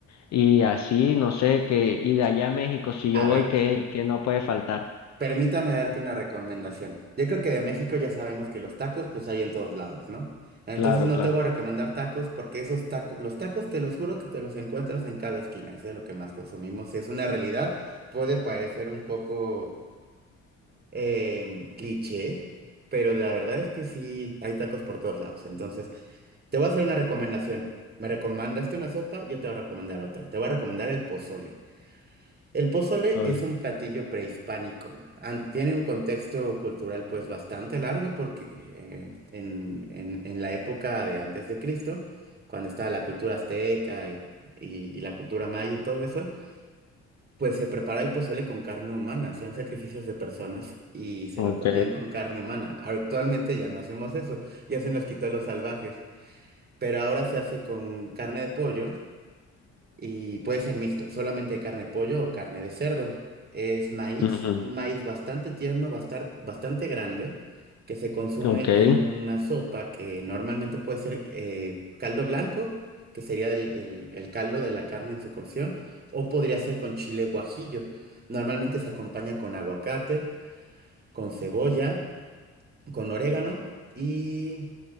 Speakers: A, on the left; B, on the right.
A: Y así, no sé, que, y de allá a México, si
B: A
A: yo voy,
B: ver.
A: que, que no puede faltar.
B: Permítame darte una recomendación. Yo creo que de México ya sabemos que los tacos pues hay en todos lados, ¿no? Entonces
A: Claro,
B: no
A: claro.
B: te voy a recomendar tacos porque esos tacos, los tacos te los juro que te los encuentras en cada esquina, eso es de lo que más consumimos. Es una realidad, puede parecer un poco em, cliché, pero la verdad es que sí, hay tacos por todos lados. Entonces te voy a hacer una recomendación. Me recomendaste una sopa, yo te voy a recomendar otra. Te voy a recomendar el pozole. El pozole
A: solo
B: es un platillo prehispánico. An- tiene un contexto cultural pues bastante largo porque eh, en, en- en la época de antes de Cristo, cuando estaba la cultura azteca y, y- y la cultura maya y todo eso, pues se preparaba el pozole con carne humana, hacían sacrificios de personas y se
A: Ok,
B: lo comían con carne humana. Actualmente ya no hacemos eso, ya se nos quitó los salvajes, pero ahora se hace con carne de pollo y puede ser mixto, solamente carne de pollo o carne de cerdo. Es maíz,
A: ujú,
B: un maíz bastante tierno, bastar- bastante grande, que se consume
A: ok,
B: en una sopa que normalmente puede ser eh, caldo blanco, que sería el, el- el caldo de la carne en su cocción, o podría ser con chile guajillo. Normalmente se acompaña con aguacate, con cebolla, con orégano y